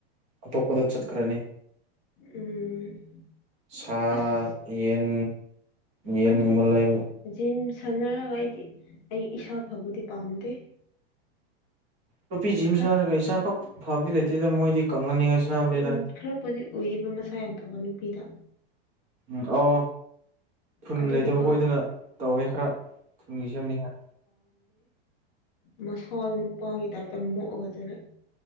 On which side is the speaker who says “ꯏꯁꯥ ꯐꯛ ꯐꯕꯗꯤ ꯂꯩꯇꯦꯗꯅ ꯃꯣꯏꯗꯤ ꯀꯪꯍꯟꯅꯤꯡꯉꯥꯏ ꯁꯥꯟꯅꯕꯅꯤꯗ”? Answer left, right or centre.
Right